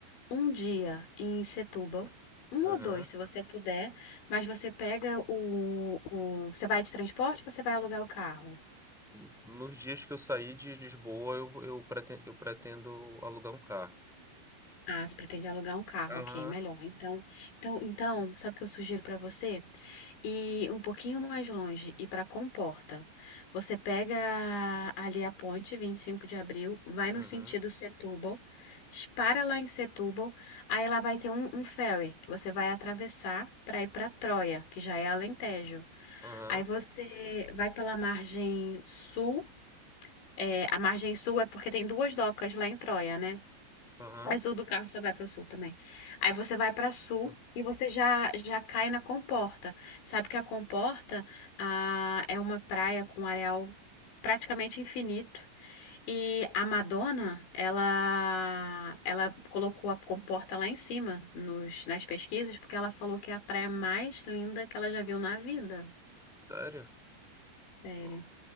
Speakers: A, on the left (about 80°); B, in the centre.
A: um dia em Setúbal, um
B: aham.
A: ou dois, se você puder, mas você pega o, o, você vai de transporte, ou você vai alugar o carro.
B: N- Nos dias que eu sair de Lisboa, eu, eu pretendo, eu pretendo alugar um carro.
A: Ah, você pretende alugar um carro,
B: Aham.
A: ok, melhor. Então, então, então, sabe o que eu sugiro pra você? Ir um pouquinho mais longe, ir pra Comporta. Você pega ali a ponte 25 de abril, vai no
B: Uhum.
A: sentido Setúbal, para lá em Setúbal, aí lá vai ter um, um ferry que você vai atravessar pra ir pra Troia, que já é Alentejo.
B: Aham,
A: Aí você vai pela margem sul, é, a margem sul é porque tem duas docas lá em Troia, né?
B: aham.
A: Mas o do carro só vai para o sul também. Aí você vai para sul
B: Hum,
A: e você já já cai na Comporta. Sabe que a Comporta ah, é uma praia com areal praticamente infinito. E a Madonna, ela ela colocou a Comporta lá em cima nos, nas pesquisas porque ela falou que é a praia mais linda que ela já viu na vida.
B: Sério?
A: Sério.
B: Não.